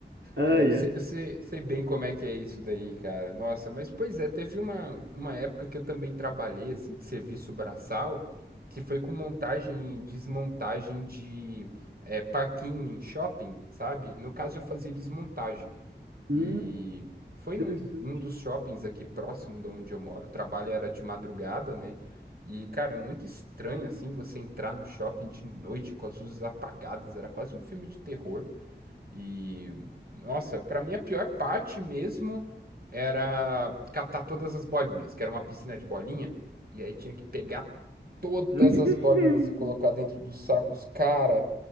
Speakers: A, on the right; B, on the right.
A: Ai,
B: É, eu sei,
A: ai.
B: eu sei, sei bem como é que é isso daí, cara. Nossa, mas pois é, teve uma, uma época que eu também trabalhei, assim, de serviço braçal, que foi com montagem e desmontagem de é, parquinho em shopping, sabe? No caso, eu fazia desmontagem.
A: Hum,
B: E foi num,
A: interessante.
B: num dos shoppings aqui próximo de onde eu moro. O trabalho era de madrugada, né? E, cara, é muito estranho, assim, você entrar no shopping de noite com as luzes apagadas. Era quase um filme de terror. E, nossa, pra mim a pior parte mesmo era catar todas as bolinhas, que era uma piscina de bolinha, e aí tinha que pegar todas
A: <laughs>
B: as bolinhas e colocar dentro dos sacos. Cara,